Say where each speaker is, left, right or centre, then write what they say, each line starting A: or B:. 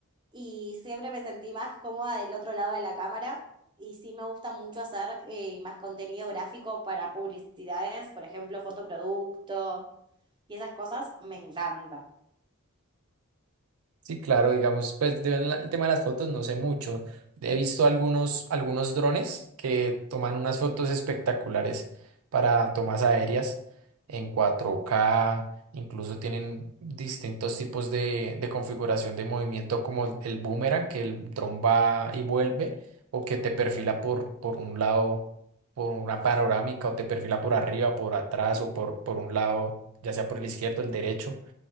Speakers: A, on the right; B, on the right.
A: y siempre me sentí más cómoda del otro lado de la cámara. Y sí me gusta mucho hacer eh, más contenido gráfico para publicidades, por ejemplo, fotoproducto y esas cosas me encanta.
B: Sí, claro, digamos, pues de la- el tema de las fotos no sé mucho. He visto algunos, algunos drones que toman unas fotos espectaculares para tomas aéreas en cuatro k incluso tienen distintos tipos de, de configuración de movimiento como el boomerang, que el dron va y vuelve, o que te perfila por, por un lado, por una panorámica, o te perfila por arriba, por atrás, o por, por un lado, ya sea por el izquierdo, el derecho.